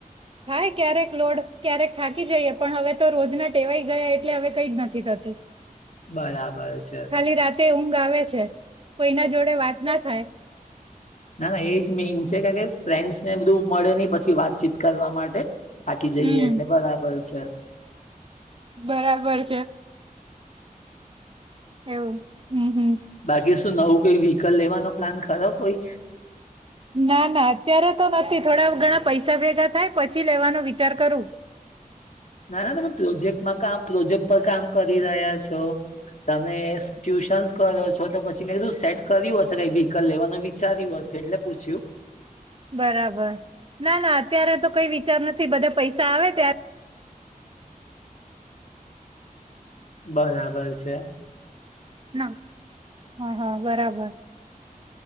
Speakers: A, on the right (about 40°); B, on the left (about 55°).
A: થાય ક્યારેક લોડ ક્યારેક થાકી જઈએ પણ હવે તો રોજના ટેવાઈ ગયા એટલે હવે કઈ જ નથી થતું.
B: બરાબર છે.
A: ખાલી રાતે ઊંઘ આવે છે કોઈ ના જોડે વાત ના થાય.
B: ના ના એજ મિનંગ છે કે કે ફ્રેન્ડસ ને બધું મળે નહી પછી વાતચીત કરવા માટે બાકી જઈએ
A: હમ
B: એટલે બરાબર છે.
A: બરાબર છે. એવું. હમ હમ
B: બાકી શું નવું કઈ વ્હીકલ લેવાનો પ્લાન ખરાબ કોઈ
A: ના ના અત્યારે તો નથી થોડા ઘણા પૈસા ભેગા થાય પછી લેવાનો વિચાર કરું
B: ના ના તમે પ્રોજેક્ટમાં કામ પ્રોજેક્ટ પર કામ કરી રહ્યા છો તમે ટ્યુશન્સ કરો છો તો પછીને એધું સેટ કર્યું હશે કઈ વ્હીકલ લેવાનું વિચાર્યું હશે એટલે પુછયું
A: બરાબર ના ના અત્યારે તો કઈ વિચાર નથી બધા પૈસા આવે ત્યારે
B: બરાબર છે.
A: ના હા હા બરાબર